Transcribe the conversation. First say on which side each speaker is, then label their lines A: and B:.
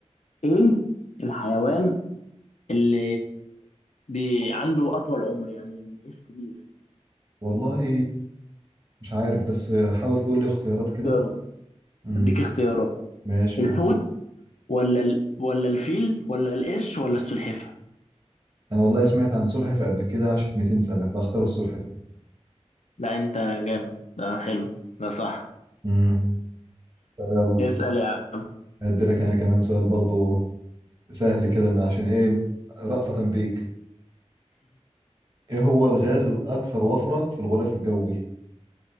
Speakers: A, on the left; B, on the right.
A: ايه الحيوان اللي بي عنده أطول عمر يعني بيعيش كتير
B: والله مش عارف بس حاول تقول لي اختيارات
A: اختيارات
B: كده امم
A: أديك اختيارات
B: ماشي
A: الحوت
B: قول
A: ولا ال... ولا الفيل ولا القرش ولا السلحفة
B: انا والله سمعت عن سلحفة قبل كده عاشت 200 سنة فاختار السلحفة
A: لا أنت جامد ده حلو ده صح
B: امم طب يلا
A: اسأل يا عم
B: هدي لك انا كمان سؤال برضه سهل كده من عشان ايه رأفة بيك ايه هو الغاز الاكثر وفرة في الغلاف الجوي